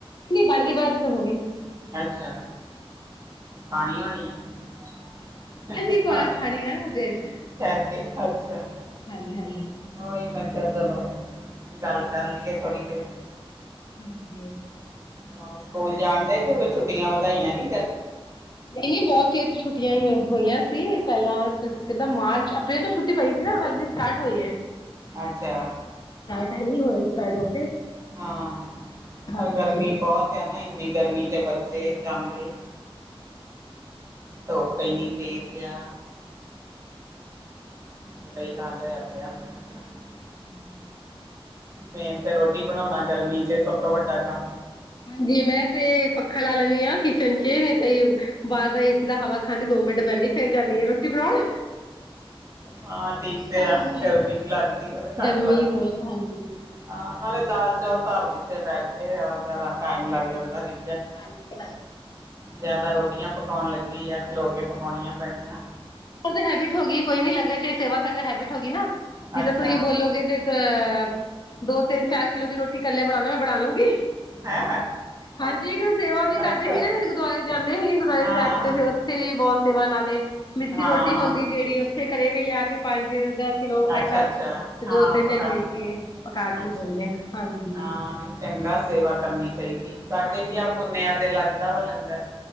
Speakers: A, on the left (about 45°); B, on the right (about 30°).
A: ਨਿ ਬਾਲੀ ਬਾਜ਼ ਤੇ ਹੋ ਗਈ।
B: ਅੱਛਾ ਖਾਣੀ ਹੋਣੀ ਆ।
A: ਹਾਂਜੀ
B: ਪਾਣੀ
A: ਖਾਣੀ ਹੈ ਵਿਦੇਸ਼
B: ਠਹਿਰ ਕੇ, ਅੱਛਾ।
A: ਹਾਂਜੀ ਹਾਂਜੀ
B: ਉਹੀ ਮੈਂ ਕਿਹਾ ਚਲੋ, ਗੱਲ ਕਰ ਲਈਏ ਥੋੜੀ ਦੇਰ।
A: ਹਾਂਜੀ <unintelligible>
B: ਹਾ, ਸਕੂਲ ਜਾਣ ਦੇ ਕਿ ਛੁੱਟੀਆਂ ਵਧਾਈਆਂ ਨੀ।
A: ਨਹੀਂ-ਨਹੀਂ ਬਹੁਤ ਚਿਰ ਤੋ ਛੁੱਟੀਆਂ ਈ ਐ। ਹੋਈਆਂ ਸੀ, ਪਹਿਲਾਂ ਕਿੱਦਾਂ
B: ਹੈ।
A: ਮਾਰਚ ਅਪ੍ਰੈਲ ਤੋਂ ਛੁੱਟੀ ਪਈ ਸੀ, ਨਾ ਹਾਲ ਦੀ ਸਟਾਰਟ ਹੋਈ ਹੈ।
B: ਅੱਛਾ,
A: ਐਮ ਹੀ ਹੋਏ ਸਟਾਰਟ ਹੋ ਕੇ,
B: ਹਾਂ,
A: ਹਾਂਜੀ
B: ਪਰ ਗਰਮੀ ਬਹੁਤ ਆ ਨਾ ਇੰਨੀ ਗਰਮੀ ਚ ਬੱਚੇ ਜਾਂਦੇ। ਧੋਪ ਇੰਨੀ ਤੇਜ ਆ। ਬੁਰਾ ਹੀ ਹਾਲ ਹੋਇਆ ਪਿਆ <unintelligible>
A: ਹੂੰ,
B: ਮੇਨ ਤੇ ਰੋਟੀ ਬਣਾਣਾ ਗਰਮੀ ਚ, ਸਭ ਤੋਂ ਵੱਡਾ ਕੰਮ।
A: ਹਾਂਜੀ ਮੈਂ ਤੇ, ਪੱਖਾ ਲਾ ਲੈਂਦੀ ਆ ਕਿਚਨ ਚ ਨਹੀਂ ਤਾਂ ਬਾਰ-ਬਾਰ ਏਸੀ ਦਾ ਹਵਾ ਖਾਂਦੀ ਦੋ ਮਿੰਟ ਬਹਿੰਦੀ ਜਾਂਦੀ ਆ ਰੋਟੀ ਬਣਾਣ
B: ਹਾਂ ਠੀਕ ਤੇ
A: ਹਾਂਜੀ।
B: ਆ ਗਰਮੀ ਨੀ ਲੱਗਦੀ ਐ, ਘੱਟ
A: ਗਰਮੀ
B: ਲੱਗਦੀ
A: ਬਹੁਤ ਹਾਂਜੀ।
B: ਹਾਂ ਨਾਲੇ ਦਾਲ-ਚੌਲ ਧਰ ਦਿੱਤੇ ਬੈਠ ਕੇ ਟਾਈਮ ਲੱਗ ਜਾਂਦਾ ਰੀ
A: ਹਾਂਜੀ ਹਾਂ
B: ਜਿਆਦਾ ਰੋਟੀਆਂ ਪਕਾਣ ਲੱਗੀ ਆ ਖਲੋ ਕੇ ਪਕਾਣੀਆਂ ਪੈਣੀਆਂ
A: ਉਹ ਤਾਂ ਹੈਬਿਟ ਹੋ ਗਈ, ਕੋਈ ਨੀ ਲੰਗਰ ਚ ਇਹ ਸੇਵਾ ਕਰ ਹੈਬਿਟ ਹੋ ਗਈ ਨਾ ਜਿੱਦਾਂ
B: ਅੱਛਾ
A: ਤੁਸੀਂ ਬੋਲੋਗੇ ਤੇ ਅ ਦੋ ਤਿੰਨ ਚਾਰ ਕਿਲੋ ਦੀ ਰੋਟੀ ਇਕੱਲੇ ਬਣਾਨਣਾ, ਮੈਂ ਬਣਾ ਲੂੰਗੀ
B: ਹੈਂ,
A: ਹਾਂਜੀ ਸੇਵਾ ਵੀ ਕਰਦੇ
B: ਅੱਛਾ
A: ਸੀ, ਨਾ ਗੁਰਦੁਆਰੇ ਜਾਂਦੇ ਸੀ, ਗੁਰਦੁਆਰੇ
B: ਹਾਂ
A: ਸਾਹਿਬ
B: ਹਾਂ ਹਾਂ
A: ਤੇ ਫੇਰ ਉੱਥੇ ਵੀ ਬਹੁਤ ਸੇਵਾ ਨਾਲ ਮਿਸੀ
B: ਹਾਂ
A: ਰੋਟੀ ਹੁੰਦੀ ਜਿਹੜੀ, ਉੱਥੇ ਘਰੇ ਵੀ ਲਿਆ ਕੇ ਪੰਜ ਦਾ ਕਿਲੋ
B: ਅੱਛਾ
A: ਆਟਾ
B: ਅੱਛਾ
A: ਤੇ
B: ਹਾਂ
A: ਦੋ ਤਿੰਨ
B: ਪਕਾਨ
A: ਦਿਨ ਮਿਲ ਕੇ ਪਕਾ ਕੇ
B: ਅੱਛਾ
A: ਵੀ ਦੇ ਹਾਂਜੀ
B: ਹਾਂ ਨਹੀਂ ਚੰਗਾ ਸੇਵਾ ਕਰਨੀ ਚਾਹੀਦੀ, ਸਾਡੇ
A: ਹਾਂਜੀ
B: ਵੀ ਆਹ ਪੁੁੰਨਿਆ ਤੇ ਲੱਗਦਾ ਵਾ ਲੰਗਰ